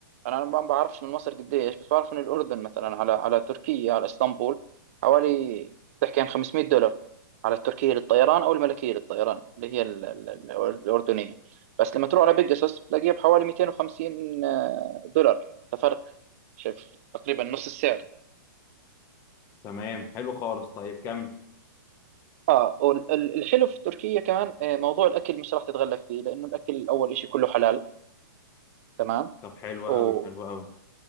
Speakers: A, on the right (about 40°); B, on the left (about 25°).
A: انا ما بعرفش من مصر قديش بس بعرف ان الاردن مثلا على على تركيا على اسطنبول حوالي تحكي عن 500 دولار على التركيه للطيران او الملكيه للطيران اللي هي ال- ال- ال- الاردنيه بس لما تروح على بيجاسوس بتلاقيها بحوالي 250 دولار يعني ففرق شايف تقريبا نص السعر
B: تمام حلو خالص طيب كمل
A: اه والحلو في تركيا كمان آه، موضوع الاكل مش راح تتغلب فيه لانه الاكل اول شيء كله حلال تمام
B: طب حلو قوي
A: آه
B: حلو قوي